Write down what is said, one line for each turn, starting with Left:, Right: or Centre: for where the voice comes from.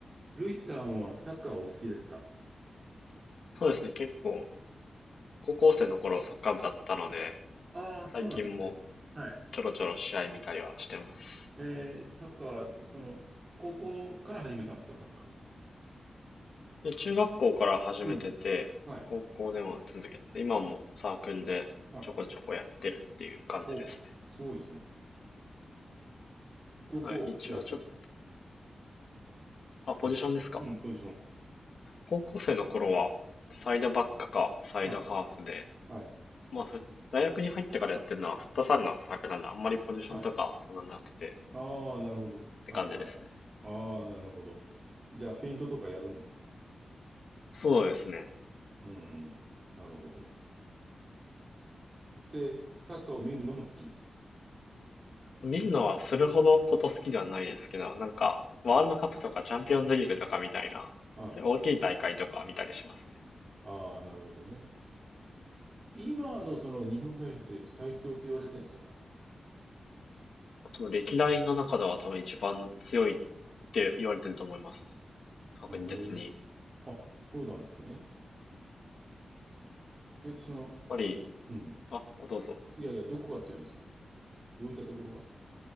Right: ルイさんはサッカーお好きですか
Left: そうですね、結構、高校生の頃サッカー部だったので、
Right: ああー、そうなんですね。
Left: 最近も
Right: はい。
Left: ちょろちょろ試合見たりはしてます。
Right: えー、サッカー、その、高校から始めたんですか、サッカーは。
Left: で、中学校から始めてて、
Right: うん。はい。
Left: 高校でも続けて、今もサークルでちょこちょこやってるっていう感じですね。
Right: はい。お、すごいですね。どこをやってるんですか
Left: はい、一応ちょっと、あ、ポジションですか。
Right: ポジション。うん、ポジション。
Left: 高校生の頃は、サイドバックかサイドハーフで、
Right: はい。はい。
Left: まあ、ふ大学に入ってからやってるのはフットサルのサークルなんで、あんまりポジションとかそんななくて
Right: はい。ああ、なるほど。
Left: って感じですね。
Right: はいはい。ああ、なるほど。じゃあ、フェイントとかやるんですか
Left: そうですね。
Right: うん。なるほど。で、サッカーを見るのも好き。
Left: 見るのはするほどこと好きではないですけど、なんか、ワールドカップとかチャンピオンズリーグとかみたいな、
Right: はい。はい。
Left: そういう大きい大会とかは見たりしますね。
Right: ああ、なるほどね。今のその日本代表って最強って言われてるんですか
Left: 多の歴代の中では多分一番強いって言われてると思います。確実に。
Right: ええ
Left: やっ
Right: あ、そうなんですね。え、その、
Left: ぱり、
Right: うん。
Left: あ、どうぞ。
Right: いやいや、どこが強いんですかね。どういったところが